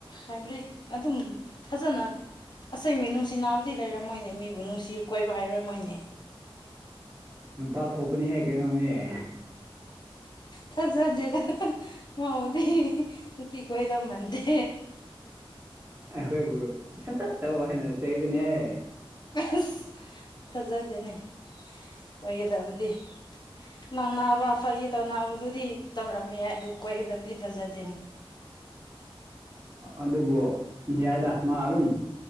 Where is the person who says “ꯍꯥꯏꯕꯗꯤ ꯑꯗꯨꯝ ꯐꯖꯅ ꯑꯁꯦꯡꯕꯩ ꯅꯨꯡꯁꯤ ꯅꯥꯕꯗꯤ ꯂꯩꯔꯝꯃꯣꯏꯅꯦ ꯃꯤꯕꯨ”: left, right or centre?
Left